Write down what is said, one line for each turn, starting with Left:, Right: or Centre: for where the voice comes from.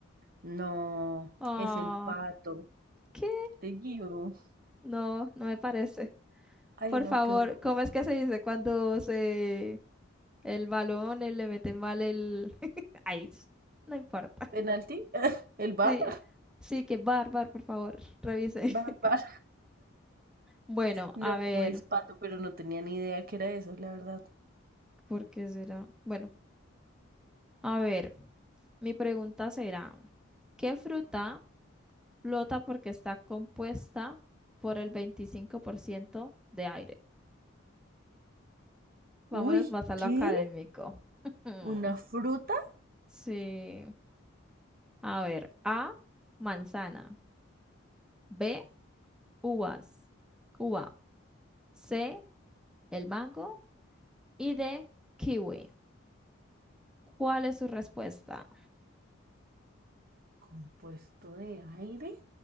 Right: No,
Centre: Oh,
Right: es el pato.
Centre: ¿qué?
Right: Te guío.
Centre: No, no me parece.
Right: Ay,
Centre: Por
Right: no,
Centre: favor,
Right: qué horror.
Centre: ¿cómo es que se dice cuando se el balón eh, le mete mal el... <laughs> Ay, no importa.
Right: ¿Penalti? <laughs> ¿El bar?
Centre: Sí, sí, que bar, bar, por favor, revise.
Right: Bar,
Centre: <laughs>
Right: bar.
Centre: Bueno,
Right: No,
Centre: a ver,
Right: es pato, pero no tenía ni idea que era eso, la verdad.
Centre: ¿por qué será? Bueno, a ver, mi pregunta será, ¿qué fruta flota porque está compuesta por el 25% de aire? Vámonos
Right: Uy,
Centre: más a lo
Right: ¿qué?
Centre: académico. <laughs>
Right: ¿Una fruta?
Centre: Sí. A ver, A, manzana. B, uvas. Uva. C, el mango. Y D, kiwi. ¿Cuál es su respuesta?
Right: ¿Compuesto de aire?